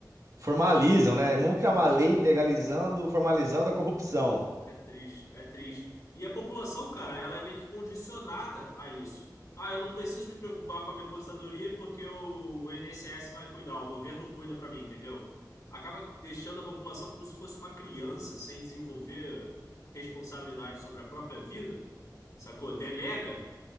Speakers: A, on the right (about 45°); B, on the left (about 50°).
A: Formalizam, né? Vamos criar uma lei legalizando, formalizando a corrupção.
B: É triste, é triste. E a população, cara, ela é meio que condicionada a isso. Ah, eu não preciso me preocupar com a minha aposentadoria porque o INSS vai cuidar, o governo cuida pra mim, entendeu? Acaba deixando a população como se fosse uma criança sem desenvolver responsabilidade sobre a própria vida, sacou? Delega